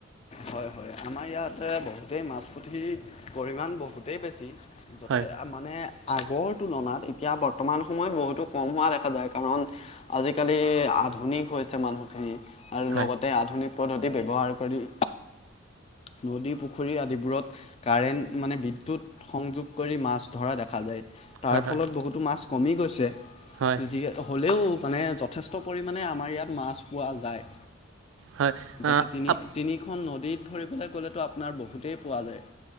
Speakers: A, on the left (about 30°); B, on the right (about 70°).
A: হয় হয় আমাৰ ইয়াতে বহুতেই মাছ পুঠিৰ পৰিমাণ বহুতেই বেছি ে
B: হয়
A: মানে আগৰ াত এতিয়া বৰ্তমান সময়ত বহুতো কম হোৱা দেখা যায় কাৰণ আজিকালি আধুনিক মানুহখিনি আৰু
B: হয়
A: লগতে আধুনিক পদ্ধতি ব্য্ৱহাৰ কৰি নদী পুখুৰী আদিবোৰত কাৰেণ্ট মানে বিদ্যুৎ সংযোগ কৰি মাছ ধৰা দেখা যায় তাৰ
B: হয়
A: ফলত বহুতো মাছ কমি গৈছে গতিক
B: হয়
A: হ'লেও মানে যথেষ্ট পৰিমাণে আমাৰ ইয়াত মাছ পোৱা যায়
B: হয়
A: যাতে
B: হয়
A: তিনি
B: আপ
A: তিনিখন নদীত ধৰিবলৈ গ'লেতো আপোনাৰ বহুতেই পোৱা যায়